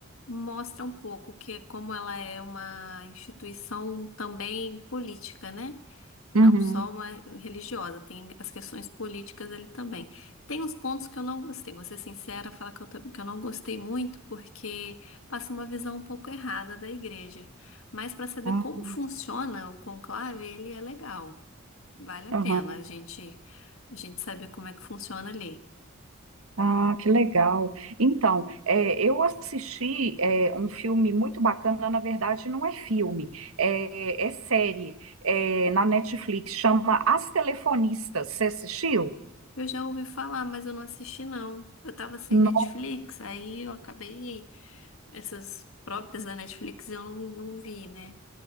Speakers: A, on the left; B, on the right.
A: mostra um pouco que é como ela é uma instituição também política, né? Não
B: Uhum.
A: só uma religiosa, tem as questões políticas ali também. Tem uns pontos que eu não gostei, vou ser sincera, falar que eu, tam- que eu não gostei muito, porque passa uma visão um pouco errada da igreja. Mas para saber
B: Ah,
A: como funciona o conclave, ele é legal. Vale a
B: aham.
A: pena a gente, a gente saber como é que funciona ali.
B: Ah, que legal. Então, é, eu assisti é, um filme muito bacana, na verdade, não é filme, é, é série, é, na Netflix, chama As Telefonistas. Você assistiu?
A: Eu já ouvi falar, mas eu não assisti, não. Eu tava sem
B: Não.
A: Netflix, aí eu acabei. Essas próprias da Netflix eu não, não vi, né?